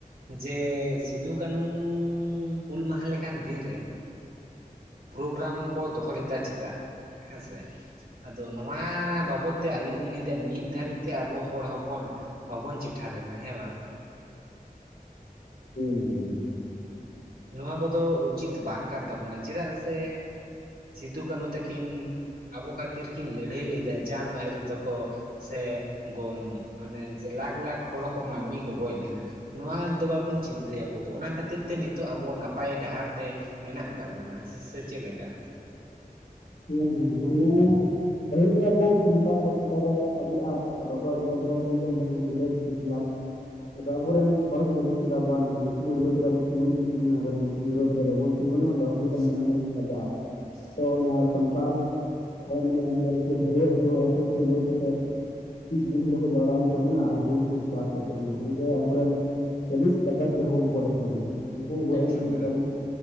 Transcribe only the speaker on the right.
ᱡᱮ ᱥᱤᱫᱩ ᱠᱟᱹᱱᱩ ᱦᱩᱞ ᱢᱟᱦᱟ ᱞᱮᱠᱟᱱ ᱫᱤᱱ ᱨᱮᱼᱼ ᱯᱨᱳᱜᱨᱟᱢ ᱠᱚ ᱫᱚᱦᱚ ᱞᱮᱫᱟ ᱪᱮᱫᱟᱜ ᱦᱮᱸᱥᱮ ᱾ ᱟᱫᱚ ᱱᱚᱣᱟ ᱵᱟᱵᱚᱫ ᱛᱮ ᱟᱹᱞᱤᱧ ᱞᱤᱧ ᱞᱟᱹᱭᱫᱟ ᱱᱤᱛ ᱫᱷᱟᱹᱨᱤᱡ ᱛᱮ ᱟᱵᱚ ᱦᱚᱲ ᱦᱚᱯᱚᱱᱼᱼ ᱵᱟᱵᱚᱱ ᱪᱮᱴᱷᱟ ᱞᱮᱱᱟ ᱦᱮᱸ ᱵᱟᱝ ᱾
ᱱᱚᱣᱟ ᱠᱚᱫᱚ ᱩᱪᱤᱛ ᱵᱟᱝ ᱠᱟᱱ ᱛᱟᱵᱚᱱᱟ ᱪᱮᱫᱟᱜ ᱥᱮᱼᱼ ᱥᱤᱫᱩ ᱠᱟᱹᱱᱦᱩ ᱛᱟᱹᱠᱤᱱᱼᱼ ᱟᱵᱚ ᱠᱷᱟᱹᱛᱤᱨ ᱠᱤᱱ ᱞᱟᱹᱲᱦᱟᱹᱭ ᱞᱮᱫᱟ ᱪᱟᱸᱫᱽ ᱵᱷᱟᱭᱨᱳ ᱛᱟᱠᱚ ᱥᱮ ᱜᱚᱢᱼᱼ ᱢᱟᱱᱮ ᱡᱮ ᱞᱟᱠᱷ ᱞᱟᱠᱷ ᱦᱚᱲ ᱠᱚ ᱢᱟᱹᱱᱢᱤ ᱠᱚ ᱜᱚᱡ ᱞᱮᱱᱟ ᱾ ᱱᱚᱣᱟ ᱫᱚ ᱵᱟᱵᱚᱱ ᱪᱤᱱᱛᱟᱹᱭᱟ ᱟᱵᱚ ᱫᱚ ᱚᱱᱟ ᱠᱷᱟᱹᱛᱤᱨ ᱛᱮ ᱱᱤᱛᱼᱼ ᱛᱚᱜ ᱟᱵᱚ ᱱᱟᱯᱟᱭ ᱰᱟᱦᱟᱨ ᱛᱮ ᱢᱮᱱᱟᱜ ᱟᱠᱟᱜ ᱵᱚᱱᱟ ᱾ ᱦᱮᱸᱥᱮ ᱪᱮᱜᱞᱮᱠᱟ?
ᱮᱠᱫᱚᱢ
ᱮᱠᱫᱚᱢ